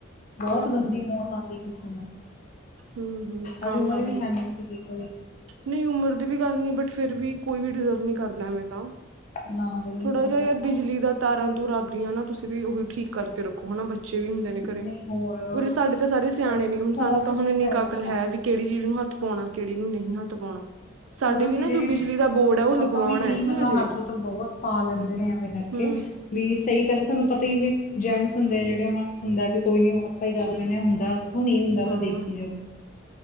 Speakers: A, on the left (about 40°); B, on the right (about 80°).
A: ਬੋਤ
B: ਕਾਨੂੰ
A: ਗੰਦੀ ਮੌਤ ਆਂਦੀ ਕਿਸੇ ਨੂੰ।
B: ਹੂੰ-ਹੂੰ ਕਾਨੂੰ
A: ਹਜੇ ਉਮਰ
B: ਐਵੇਂ
A: ਵੀ
B: ਹੋਵੇ
A: ਹੈ
B: ਕਿਸੇ,
A: ਨੀ ਸੀਗੀ ਕੋਈ
B: ਨਈ ਉਮਰ ਦੀ ਵੀ ਗੱਲ ਨੀ ਬ ਫਿਰ ਵੀ ਕੋਈ ਵੀ ਡਿਜ਼ਰਵ ਨੀ ਕਰਦਾ ਐਵੇਂ ਤਾਂ।
A: ਨਾ ਬਈ
B: ਥੋੜਾ
A: ਸਈ
B: ਜਿਹਾ
A: ਗੱਲ
B: ਯਾਰ ਬਿਜਲੀ
A: ਆ।
B: ਦਾ ਤਾਰਾਂ ਤੁਰਾ ਆਪਦੀਆਂ ਨਾ ਤੁਸੀਂ ਵੀ ਉਹ ਠੀਕ ਕਰਕੇ ਰੱਖੋ ਹਨਾ ਬੱ ਚੇ ਵੀ ਹੁੰਦੇ ਨੇ ਘਰੇ,
A: ਨਹੀਂ ਹੋਰ
B: ਉਰੇ ਸਾਡੇ ਤਾਂ ਸਾਰੇ ਸਿਆਣੇ
A: ਖੌਫ
B: ਨੇ ਹੁਣ ਸਾਨੂੰ ਤਾਂ
A: ਚ
B: ਹੁਣ
A: ਹੀ
B: ਇੰਨੀ
A: ਪੈ
B: ਕ
A: ਜਾਂਦਾ
B: ਅੰਕਲ ਹੈ ਵੀ ਕੇੜੀ ਚੀਜ਼ ਨੂੰ ਹੱਥ ਪਾਉਣਾ, ਕੇੜੀ ਨੂੰ ਨਹੀ ਹੱਥ ਪਾਉਣਾ। ਸਾਡੇ
A: ਹੋਰ
B: ਵੀ
A: ਮੇਰੇ
B: ਨਾ ਜੋ ਬਿਜਲੀ ਦਾ ਬੋਰਡ ਹੈ ਉਹ
A: ਪਾਪਾ
B: ਲਗਵਾਉਣਾ
A: ਵੀ ਉਈ
B: ਅਸੀਂ
A: ਮਤਲਬ
B: ਅਜੇ
A: ਹੱਥ ਹੁਥ ਬੋਤ ਪਾ ਲੈਂਦੇ ਨੇ ਐਵੇਂ ਕਰ
B: ਹੂੰ।
A: ਵੀ ਸਈ ਕਰਨ ਤੁਹਾਨੂੰ ਪਤਾ ਈ ਵੀ ਜੈਂਟਸ ਹੁੰਦੇ ਆ ਜੇੜੇ ਉਨਾਂ ਨੂੰ ਹੁੰਦਾ ਵੀ ਕੋਈ ਨੀ ਆਪਾਂ ਈ ਕਰ ਲੈਂਨੇ ਆ ਹੁੰਦਾ ਥੋਂ ਨੀ ਹੁੰਦਾ ਤਾਂ
B: ਹਾਂ
A: ਦੇਖੀ ਜਾਓ।